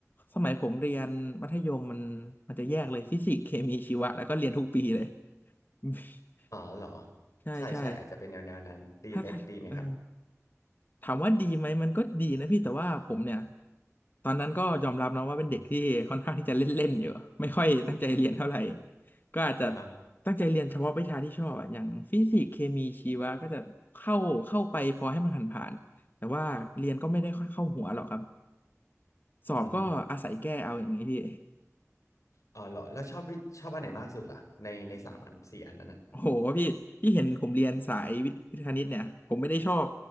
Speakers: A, on the left; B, on the left.
A: สมัยผมเรียนมัธยมมันมันจะแยกเลยฟิสิกส์เคมีชีวะแล้วก็เรียนทุกปีเลย <laughs>
B: อ๋อเหรอ
A: ใช่ใช่
B: ใช่ใช่อาจจะเป็นแนวแนวนั้นดีไหมดีไหมครับ
A: ถ้าถ้าเออ ถามว่าดีไหมมันก็ดีนะพี่แต่ว่าผมเนี่ยตอนนั้นก็ยอมรับนะว่าเป็นเด็กที่ค่อนข้างที่จะเล่นๆอยู่ไม่ค่อยตั้งใจเรียนเท่าไหร่ก็อาจจะ
B: อ่าฮะ
A: ตั้งใจเรียนเฉพาะวิชาที่ชอบอะอย่างฟิสิกส์เคมีชีวะก็จะเข้าเข้าไปพอให้มันผ่านๆแต่ว่าเรียนก็ไม่ได้ค่อยเข้าหัวหรอกครับสอบก็อาศัยแก้เอาอย่างนี้พี่
B: อือฮึอ๋อเหรอแล้วชอบวิชอบอันไหนมากสุดล่ะในในสามอันสี่อันนั้นอ่ะ
A: โอ้โหพี่พี่เห็นผมเรียนสายวิทย์วิทย์คณิตเนี่ยผมไม่ได้ชอบ